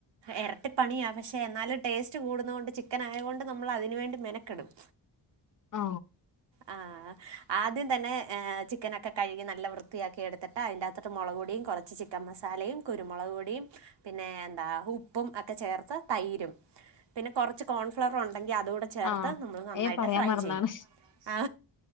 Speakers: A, on the right; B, on the left.
A: ഇരട്ടി പണിയാ പക്ഷേ എന്നാലും ടെസ്റ്റ് കൂടുന്നു കൊണ്ട് ചിക്കൻ ആയതുകൊണ്ട് അതിനുവേണ്ടി മെനക്കെടും
B: അ
A: അ ആദ്യം തന്നെ ചിക്കനൊക്കെ കഴുകി നല്ല വൃത്തിയാക്കി എടുത്തിട്ട് അയിന്റെ മുളകുപൊടി കുറച്ച് ചിക്കൻ മസാലയും കുരുമുളക് പൊടി പിന്നെ അ ഉപ്പും ഒക്കെ ചേർത്ത് തൈരും പിന്നെ കുറച്ച് കോൺഫ്ലവർ പൊടി ഉണ്ടെങ്കിൽ അതുകൂടെ ചേർത്ത്
B: ആഹ്
A: നന്നായിട്ട്
B: അത് ഞാൻ പറയാൻ
A: ഫ്രൈ
B: മറന്നാണ്
A: ചെയ്യാം അ